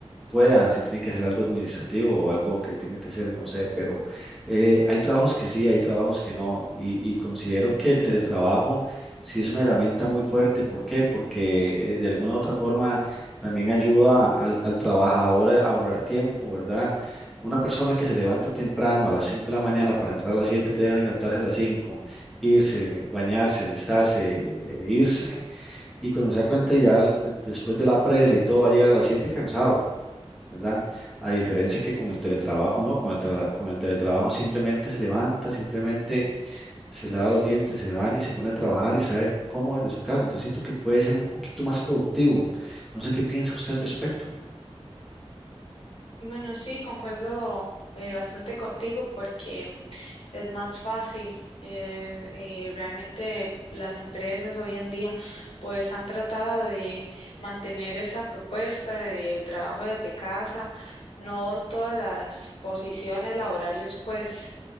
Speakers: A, in the centre; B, on the left.
A: pueda, si tiene que ser algo administrativo o algo que tenga que ser, no sé, pero eh, hay trabajos que sí, hay trabajos que no, y, y considero que el teletrabajo sí es una herramienta muy fuerte. ¿Por qué? Porque eh, de alguna u otra forma también ayuda al, al trabajador a ahorrar tiempo, ¿verdad? Una persona que se levanta temprano a las 5 de la mañana para entrar a las 7 tiene que levantarse a las cinco irse, bañarse, alistarse, e irse, y cuando se da cuenta ya después de la presa y todo va a llegar a las 7 cansado. ¿verdad? A diferencia que con el teletrabajo, ¿no? Con el, tra- con el teletrabajo simplemente se levanta, simplemente se lava los dientes, se baña y se pone a trabajar y está cómodo desde su casa. Entonces siento que puede ser un poquito más productivo. No sé qué piensa usted al respecto.
B: Bueno, sí, concuerdo eh, bastante contigo porque es más fácil. eh, eh, realmente las empresas hoy en día pues han tratado de mantener esa propuesta de trabajo desde casa. No en todas las posiciones laborales pues